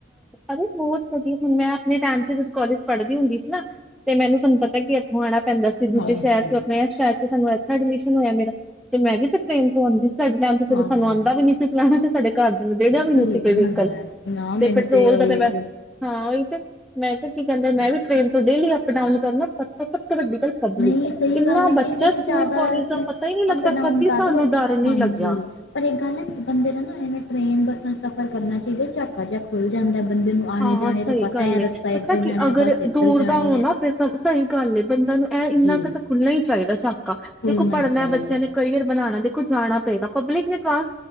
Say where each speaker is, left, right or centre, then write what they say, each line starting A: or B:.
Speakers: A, in the centre; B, on the left (about 85°).
A: ਅਰੇ ਬਹੁਤ ਵਧੀਆ ਹੁਣ ਮੈਂ ਆਪਣੇ ਟੈਮ ਤੇ ਜਦੋਂ ਕੋਲੇਜ ਪੜ੍ਹਦੀ ਹੁੰਦੀ ਸੀ ਨਾ ਤੇ ਮੈਨੂੰ ਤੁਹਾਨੂੰ ਪਤਾ ਕਿ ਇੱਥੋਂ ਆਣਾ ਪੈਂਦਾ ਸੀ ਦੂਜੇ
B: ਹਾਂਜੀ
A: ਸ਼ਹਿਰ ਚ ਆਪਣੇ ਇਸ ਸ਼ਹਿਰ ਚ ਸਾਨੂੰ ਐਡਮਿਸ਼ਨ ਹੋਇਆ ਮੇਰਾ ਤੇ ਮੈਂ ਵੀ ਤਾਂ ਟ੍ਰੇਨ ਤੋਂ ਆਉਂਦੀ ਸੀ ਸਾਡੇ ਟਾਈਮ ਤੇ ਚਲੋ
B: ਹਾਂ
A: ਸਾਨੂੰ ਆਉਂਦਾ ਵੀ ਨ ਸੀ ਚਲਾਣਾ ਤੇ ਸਾਡੇ ਘਰਦਿਆਂ ਨੂੰ ਦੇਣਾ ਵੀ
B: ਸਹੀ
A: ਨੀ ਸੀ ਕੋਈ
B: ਗੱਲ
A: ਵਹੀਕਲ
B: ਹੈ ਨਾ
A: ਤੇ
B: ਮੈਨੂੰ
A: ਪੈਟਰੋਲ
B: ਉਹੀ
A: ਦਾ ਤਾਂ ਵੈਸ ਹਾਂ ਉਹੀ ਤੇ ਮੈਂ ਤੇ ਕੀ ਕਹਿੰਦੇ ਮੈਂ ਵੀ ਟ੍ਰੇਨ ਤੋਂ ਡੇਲੀ ਅਪ ਡਾਊਨ ਕਰਨਾ ਸਭ ਤੋਂ ਵੱਡੀ ਗੱਲ ਪਬਲਿਕ
B: ਨਹੀਂ ਸਹੀ
A: ਇੰਨਾ
B: ਗੱਲ ਹੈ
A: ਬੱਚਾ
B: ਕਹਿੰਦੇ ਨੇ ਜ਼ਿਆਦਾ
A: ਸਕੂਲ ਕਾਲਜ ਦਾ ਪਤਾ ਹੀ ਨਹੀਂ ਲੱਗਦਾ
B: ਅਪ ਡਾਊਨ
A: ਕਦੀ
B: ਕਰ
A: ਸਾਨੂੰ
B: ਲੋ
A: ਡਰ ਨਹੀਂ
B: ਹਾਂਜੀ
A: ਲੱਗਿਆ
B: ਪਰ ਇਹ ਗੱਲ ਹੈ ਬੰਦੇ ਦਾ ਨਾ ਐਵੇਂ ਟ੍ਰੇਨ ਬੱਸਾਂ ਸਫ਼ਰ ਕਰਨਾ ਚਾਹੀਦਾ ਝਾਕਾ ਜਯਾ ਖੁੱਲ ਜਾਂਦਾ ਬੰਦੇ ਨੂੰ ਆਣੇ
A: ਹਾਂ
B: ਜਾਣੇ
A: ਸਹੀ
B: ਦਾ ਪਤਾ
A: ਗੱਲ
B: ਹੈ
A: ਏ
B: ਰਸਤਾ
A: ਪਤਾ
B: ਇੱਧਰ
A: ਕਿ
B: ਜਾਣਾ
A: ਅਗਰ
B: ਬੱਸ ਇੱਧਰ
A: ਦੂਰ
B: ਜਾਣੀ
A: ਦਾ ਹੋ
B: ਹੈ
A: ਨਾ ਫਿਰ ਤਾਂ ਸਹੀ ਗੱਲ ਏ ਬੰਦਾ ਨੂੰ ਇਹ ਇੰਨਾ
B: ਜੀ
A: ਕੁ ਤਾਂ ਖੁੱਲਣਾ ਹੀ ਚਾਹੀਦਾ ਝਾਕ ਦੇਖੋ
B: ਖੁੱਲਣਾ
A: ਪੜ੍ਹਨਾ
B: ਹੀ ਚਾਹੀਦਾ
A: ਬੱਚਿਆਂ ਨੇ ਕਰੀਅਰ ਬਣਾਉਣਾ ਦੇ ਕੁ ਜਾਣਾ ਪਏਗਾ ਪਬਲਿਕ ਨੇ ਟਾਂ